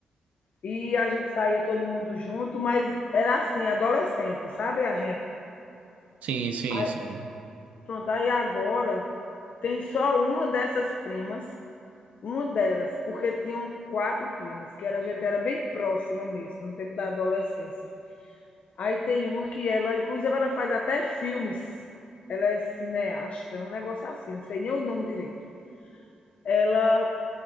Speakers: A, on the left; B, on the right.
A: E a gente saía todo mundo junto, mas era assim, adolescente, sabe a gente?
B: Sim, sim,
A: Aí,
B: sim.
A: pronto, aí agora tem só uma dessas primas, uma delas, porque tinham quatro primas, que era, a gente era bem próxima mesmo, no tempo da adolescência. Aí tem uma que ela, inclusive, ela faz até filmes. Ela é cineasta, é um negócio assim, não sei nem o nome direito. Ela